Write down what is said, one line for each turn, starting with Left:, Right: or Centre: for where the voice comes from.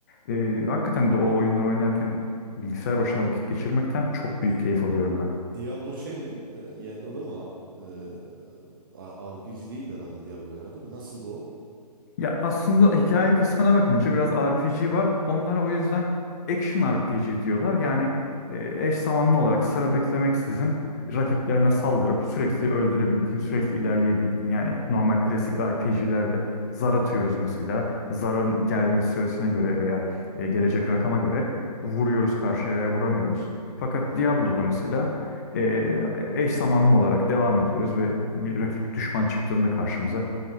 Left: Ee, hakikaten de o oyunlar oynarken bilgisayar başında vakit geçirmekten çok büyük
Right: Di-
Left: keyif alıyorum ben.
Right: Diablo şey mi? Ee, ya- o da mı? Ee, A- RPG değil herhalde Diablo ya değil mi? Nasıldı o?
Left: Ya aslında hikaye kısmına bakınca biraz RPG var. Onlara o yüzden action RPG diyorlar. Yani e, eş zamanlı olarak sıra beklemeksizin rakiplerine saldırıp sürekli öldürebildiğin, sürekli ilerleyebildiğin. Yani normal klasik RPG'lerde zar atıyoruz mesela. Zarın gelme süresine göre veya e, gelecek rakama göre vuruyoruz karşıya veya vuramıyoruz. Fakat
Right: Hı hı.
Left: Diablo'da mesela e, eş zamanlı olarak devam ediyoruz ve bir rakip düşman çıktığında karşımıza